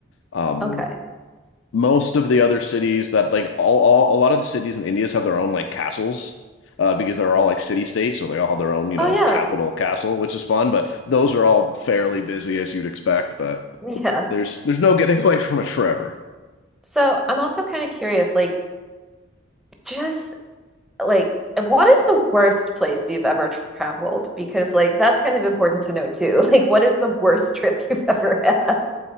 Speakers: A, on the left; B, in the centre.
A: Um,
B: Okay.
A: most of the other cities that like all, all a lot of the cities in India have their own like castles. Uh, because they're all like city states, so they all have their own, you
B: Oh
A: know,
B: yeah.
A: capital castle, which is fun. But those are all fairly busy as you'd expect. But
B: Yeah.
A: there's there's no getting <laughs> away from it forever.
B: So I'm also kind of curious, like just like what is the worst place you've ever traveled? Because like that's kind of important to know too. <laughs> Like what is the worst trip you've ever had?